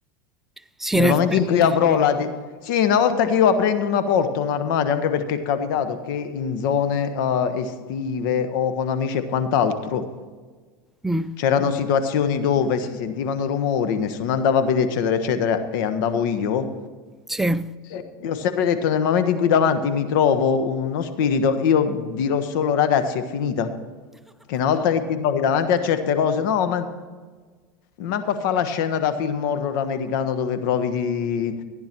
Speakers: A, in the centre; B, on the left (about 70°).
A: Sì,
B: Nel
A: in effetti
B: momento in cui Sì, avrò
A: sì.
B: la... di- Sì, una volta che io aprendo una porta, un armadio, anche perché è capitato che in zone eh, estive o con amici e quant'altro,
A: Mm,
B: c'erano situazioni dove si sentivano rumori, nessuno andava a vedere, eccetera, eccetera, e andavo io.
A: sì.
B: Sì. Io ho sempre detto, nel momento in cui davanti mi trovo uno spirito, io dirò solo ragazzi, è finita. Che una volta che ti trovi davanti a certe cose, no, ma manco a fare la scena da film horror americano dove provi di...